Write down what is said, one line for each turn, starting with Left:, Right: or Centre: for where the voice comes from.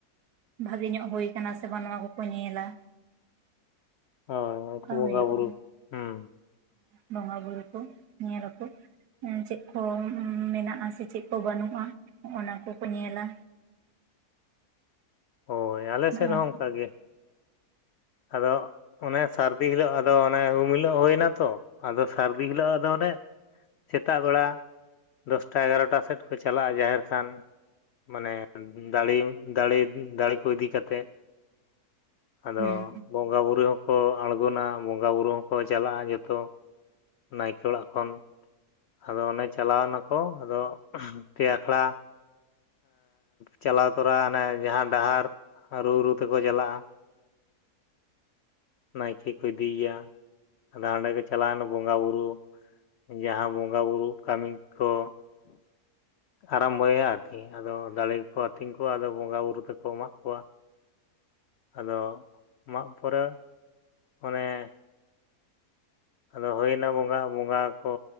Right: ᱵᱷᱟᱜᱮ ᱧᱚᱜ ᱦᱳᱭ ᱠᱟᱱᱟ ᱥᱮ ᱵᱟᱝ ᱱᱚᱣᱟ ᱠᱚᱠᱚ ᱧᱮᱞᱼᱟ
Left: ᱦᱳᱭ ᱩᱱᱠᱩ ᱵᱚᱸᱜᱟ
Right: ᱦᱩᱭᱩᱜᱼᱟ
Left: ᱵᱩᱨᱩ ᱦᱩᱸ
Right: ᱵᱚᱸᱜᱟ ᱵᱩᱨᱩ ᱠᱚ ᱧᱮ ᱟᱠᱚ ᱪᱮᱫ ᱠᱚ ᱢᱮᱱᱟᱜᱼᱟ᱾ ᱪᱮᱫ-ᱪᱮᱫ ᱠᱚ ᱵᱟᱹᱱᱩᱜᱼᱟ ᱚᱱᱟ ᱠᱚᱠᱚ ᱧᱮᱞᱟ᱾
Left: ᱦᱳᱭ ᱟᱞᱮ
Right: ᱱᱚᱜᱼᱚ
Left: ᱥᱮᱫ
Right: ᱱᱚᱝᱠᱟ᱾
Left: ᱦᱚᱸ ᱚᱱᱠᱟᱜ ᱜᱮ ᱟᱫᱚ ᱚᱱᱮ ᱥᱟᱹᱨᱫᱤ ᱦᱤᱞᱳᱜ ᱟᱫᱚ ᱚᱱᱮ ᱩᱢ ᱦᱤᱞᱳᱜ ᱦᱳᱭ ᱱᱟᱛᱚ ᱟᱫᱚ ᱥᱟᱹᱨᱫᱤ ᱦᱤᱞᱳᱜ ᱟᱫᱚ ᱚᱸᱰᱮ ᱥᱮᱛᱟᱜ ᱵᱮᱲᱟ ᱫᱚᱥᱴᱟ ᱮᱜᱟᱨᱚᱴᱟ ᱥᱮᱫ ᱠᱚ ᱪᱟᱞᱟᱜᱼᱟ, ᱡᱟᱸᱦᱮᱨ ᱛᱷᱟᱱ᱾ ᱢᱟᱱᱮ ᱫᱟᱲᱤᱢ ᱫᱟᱲᱮ ᱫᱟᱲᱮ ᱠᱚ ᱤᱫᱤ ᱠᱟᱛᱮ ᱟᱫᱚ
Right: ᱦᱮᱸ
Left: ᱵᱚᱸᱜᱟ ᱵᱩᱨᱩ ᱦᱚᱸ ᱠᱚ ᱟᱬᱜᱚᱱᱟ ᱵᱚᱸᱜᱟ ᱵᱩᱨᱩ ᱦᱚᱸᱠᱚ ᱪᱟᱞᱟᱜᱼᱟ, ᱡᱚᱛᱚ ᱱᱟᱭᱠᱮ ᱚᱲᱟᱜ ᱠᱷᱚᱱ ᱟᱫᱚ ᱚᱱᱮ ᱪᱟᱞᱟᱣᱱᱟᱠᱚ ᱟᱫᱚ ᱯᱮ ᱟᱠᱷᱲᱟ ᱪᱟᱞᱟᱣ ᱛᱚᱨᱟ ᱚᱱᱮ ᱡᱟᱦᱟᱸ ᱰᱟᱦᱟᱨ ᱨᱩ ᱨᱩ ᱛᱮᱠᱚ ᱪᱟᱞᱟᱜᱼᱟ᱾
Right: <inaudible>
Left: ᱱᱟᱭᱠᱮ ᱠᱚ ᱤᱫᱤᱮᱭᱟ, ᱟᱫᱚ ᱦᱟᱸᱰᱮ ᱠᱚ ᱪᱟᱞᱟᱣᱱᱟ ᱵᱚᱸᱜᱟ ᱵᱩᱨᱩ᱾ ᱡᱟᱦᱟᱸ ᱵᱚᱸᱜᱟ ᱵᱩᱨᱩ ᱠᱟᱹᱢᱤ ᱠᱚ ᱟᱨᱟᱢ ᱵᱚᱭᱟ ᱟᱨᱠᱤ ᱟᱫᱚ ᱫᱟᱲᱮ ᱠᱚ ᱠᱚ ᱟᱹᱛᱤᱧ ᱠᱚᱣᱟ᱾ ᱟᱫᱚ ᱵᱚᱸᱜᱟ ᱵᱩᱨᱩᱳ ᱛᱮᱠᱚ ᱢᱟᱜ ᱠᱚᱣᱟ᱾ ᱟᱫᱚ ᱢᱟᱜ ᱯᱚᱨᱮ ᱚᱱᱮ ᱟᱫᱚ ᱦᱩᱭ ᱮᱱᱟ ᱵᱚᱸᱜᱟ ᱵᱚᱸᱜᱟ ᱠᱚ